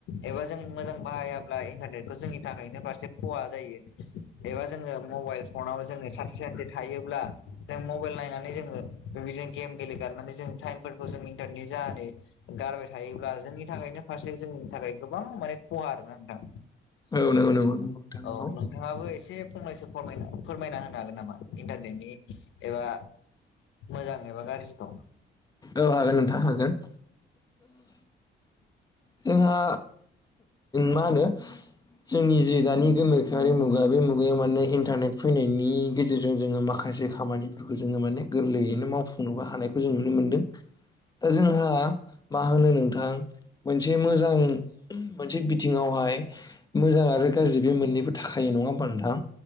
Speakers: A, on the left (about 75°); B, on the left (about 20°).
A: एबा जों मोजां बाहायाब्ला इन्टारनेटखौ जोंनि थाखायनो फारसे खहा जायो एबा जोङो मबाइल फनाव जोङो सानसे सानसे थायो अब्ला जों मबाइल नायनानै जोङो बेबायदिनो गेम गेलेगारनानै जों टाइमफोरखौ जों इन्टारनेट जानानै गारबाय थायोब्ला जोंनि थाखायनो फारसे जोंनि थाखाय गोबां माने खहा आरोना नोंथां
B: औ नंगौ नंगौ नंगौ नोंथां नंगौ
A: औ नोंथाङाबो एसे फंनैसो फोरमायना होनो हागोन नामा इन्टारनेटनि एबा मोजां एबा गाज्रि दं
B: औ हागोन नोंथां हागोन जोंहा मा होनो जोंनि जे दानि गोनोखाआरि मुगा बे मुगायाव माने इन्टारनेट फैनायनि गेजेरजों जोङो माखासे माखासे खामानिफोरखौ जोङो माने गोरलैयैनो मावफुंनोबो हानायखौ जों नुनो मोनदों। दा जोंहा मा होनो नोंथां मोनसे मोजां मोनसे बिथिङावहाय मोजां आरो गाज्रि बे मोननैबो थाखाय नङा होमबा नोंथां